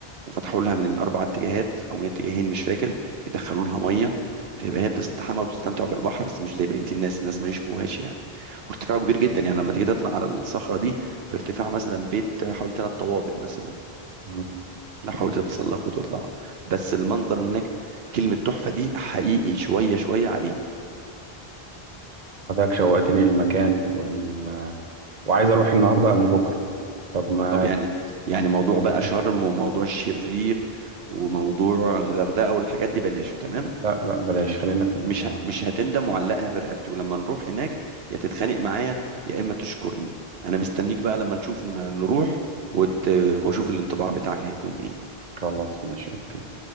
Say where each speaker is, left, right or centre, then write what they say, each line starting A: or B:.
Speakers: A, on the right; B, on the right.
A: وفتحوا لها من الاربع اتجاهات او من اتجاهين مش فاكر يدخلوا لها ميه فيبقى هي بتستحمى وبتستمتع بالبحر بس مش زي بقيه الناس الناس ما يشوفوهاش يعني وارتفاعه كبير جدا يعني لما تيجي تطلع على الصخره دي بارتفاع مثلا بيت حوالي ثلاث طوابق مثلا
B: ان
A: لو
B: شاء
A: حاولت
B: الله
A: تتسلق وتطلع بس المنظر من هناك كلمه تحفه دي حقيقي شويه شويه عليه
B: حضرتك شوقتني للمكان وال... وعايز اروح النهارده قبل بكره طب ما
A: طب يعني يعني موضوع
B: نتفق
A: بقى شرم وموضوع الشرير وموضوع الغردقه والحاجات دي بلاش تمام
B: لا ب- بلاش خلينا في ال...
A: مش ه- مش هتندم وعلقها في رقبتي ولما نروح هناك يا تتخانق معايا يا اما تشكرني انا مستنيك بقى لما نشوف ن- نروح وت... واشوف الانطباع بتاعك هيكون ايه
B: خلاص ماشي اوكي